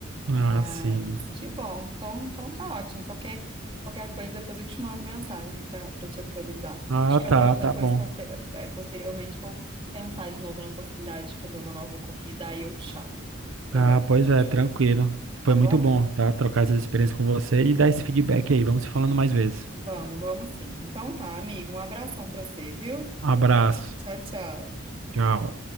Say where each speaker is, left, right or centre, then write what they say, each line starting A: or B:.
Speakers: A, on the right; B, on the right.
A: Ah,
B: Mas
A: sim.
B: que bom. Então, então tá ótimo. Qualquer, qualquer coisa, depois eu te mando mensagem para para te atualizar.
A: Ah,
B: Acho que
A: tá,
B: eu vou
A: tá
B: depois,
A: bom.
B: poste- eh, posteriormente, vou pensar de novo na possibilidade de fazer uma nova corrida, aí eu te chamo para
A: Ah,
B: para
A: pois
B: a gente
A: é, tranquilo.
B: fazer,
A: Foi
B: tá
A: muito
B: bom?
A: bom, tá? Trocar essas experiências com você e dar esse feedback aí. Vamos se falando mais vezes.
B: Vamos, vamos sim. Então tá, amigo. Um abração para você, viu?
A: Abraço.
B: Tchau, tchau.
A: Tchau.